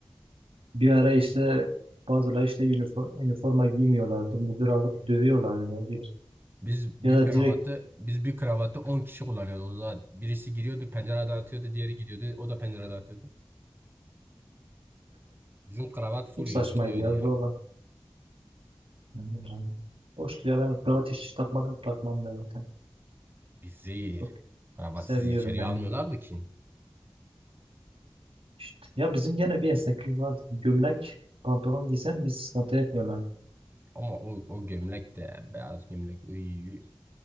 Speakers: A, on the right; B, on the right.
A: bir ara işte bazıları işte üniforma, üniforma giymiyorlardı. Müdür alıp dövüyorlardı ya. Bir.
B: Biz
A: Ya
B: bir
A: da
B: kravatı
A: direkt
B: biz bir kravatı 10 kişi kullanıyordu. O zaman birisi giriyordu pencereden atıyordu, diğeri gidiyordu, o da pencereden atıyordu. Bizim kravat full
A: çok saçmaydı
B: yırtılıyordu
A: ya
B: ya.
A: zorla. Yani Boş ya ben kravat hiç takmadım takmam da zaten.
B: Bizi
A: Çok
B: kravatsız
A: sevmiyorum
B: içeriye
A: ben. yani.
B: almıyorlardı ki.
A: İşte, ya bizim gene bir esneklik vardı. Gömlek pantolon giysen biz sıkıntı etmiyorlar.
B: Ama o, o gömlek de beyaz gömlek. Iy.